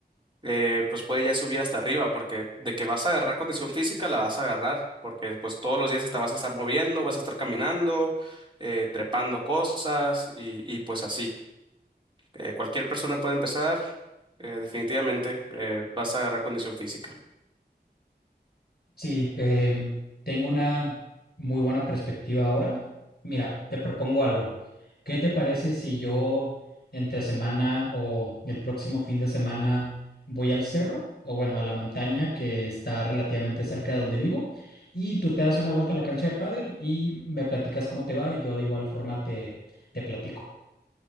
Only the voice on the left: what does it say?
Sí, eh, tengo una muy buena perspectiva ahora. Mira, te propongo algo. ¿Qué te parece si yo entre semana o el próximo fin de semana voy al cerro o bueno, a la montaña que está relativamente cerca de donde vivo y tú te das una vuelta a la cancha de pádel y me platicas cómo te va y yo de igual forma te, te platico.